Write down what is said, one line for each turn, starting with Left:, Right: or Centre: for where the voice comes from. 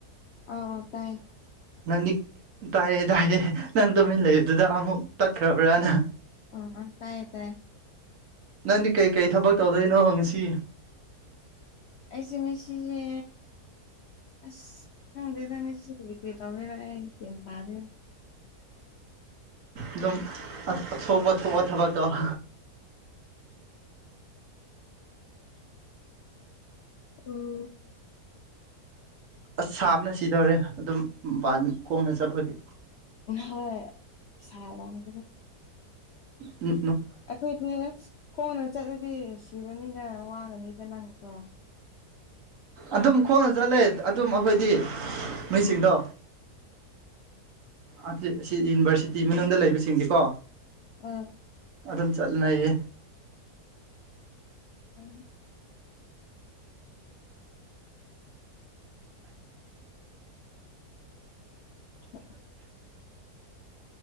Left: ꯑ ꯇꯥꯏꯌꯦ
Right: ꯅꯪꯗꯤ ꯇꯥꯏꯌꯦꯗ ꯍꯥꯏꯌꯦ ꯅꯪ ꯇꯨꯃꯤꯟ ꯂꯩꯕꯗꯨꯗ ꯑꯃꯨꯛ ꯇꯠꯈ꯭ꯔꯕ꯭ꯔꯅ
Left: ꯑꫭ ꯑꫭ ꯇꯥꯏ ꯇꯥꯏ
Right: ꯅꯪꯗꯤ ꯀꯩꯀꯩ ꯊꯕꯛ ꯇꯧꯗꯣꯏꯅꯣ ꯉꯁꯤ
Left: ꯑꯩꯁꯦ ꯉꯁꯤꯁꯦ ꯑꯁ ꯈꯪꯗꯦꯗ ꯉꯁꯤꯗꯤ ꯀ꯭ꯔꯤ ꯇꯧꯗꫭꯏꯅꫭ ꯑꯩ ꯒ꯭ꯌꯥꯟ ꯇꯥꯗꯦ
Right: ꯑꯗꯨꯝ <unintelligible> ꯊꯕꯛ ꯊꯕꯛꯇꫭ <unintelligible>
Left: ꯎꯝ
Right: ꯑꯁ ꯁꯥꯝꯅ ꯁꯤꯗꯧꯔꯦ ꯑꯗꯨꯝ ꯃꯄꯥꯟ ꯈꯣꯡꯅ ꯆꯠꯄꯒꯤ
Left: ꯍꯣꯏ ꯁꯥꯔꯝꯒꯅꯤ
Right: ꯎꯝ
Left: ꯑꯈꯣꯏꯗꯤ ꯈꯣꯡꯅ ꯆꯠꯂꯗꯤ ꯁꯤꯔꯅꯤꯗ ꯋꯥ ꯒꯅꯤꯗꯅ ꯑꯗꯣ
Right: ꯑꯗꯨꯝ ꯈꯣꯡꯅ ꯆꯠꯂꯦ ꯑꯗꯨꯝ ꯑꯈꯣꯏꯗꯤ ꯅꯣꯏ ꯁꯤꯡꯗꯣ ꯑꯁꯤ ꯌꯨꯅꯤꯚꯔꯁꯤꯇꯤ ꯃꯅꯨꯡꯗ ꯂꯩꯕꯁꯤꯡꯗꯤꯀꯣ
Left: ꯑꯝ
Right: ꯑꯗꯨꯝ ꯆꯠꯅꯩꯌꯦ
Left: ꯎꯝ <unintelligible>